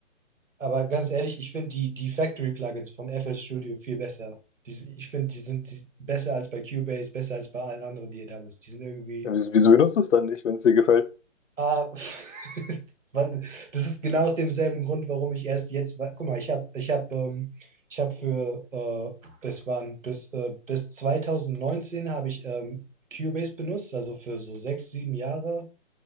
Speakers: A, on the right; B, on the left.
A: aber ganz ehrlich, ich finde die, die Factory-Plugins von FL Studio viel besser. Die, ich finde, die sind die, besser als bei Cubase, besser als bei allen anderen, die ihr da bist. Die sind irgendwie,
B: ja, wieso wieso benutzt du es dann nicht, wenn es dir gefällt?
A: Ah, <laughs> weil das ist genau aus demselben Grund, warum ich erst jetzt, wa- guck mal, ich habe, ich habe, ähm, ich habe für, äh, das waren bis, äh, bis 2019 habe ich ähm, Cubase benutzt, also für so sechs, sieben Jahre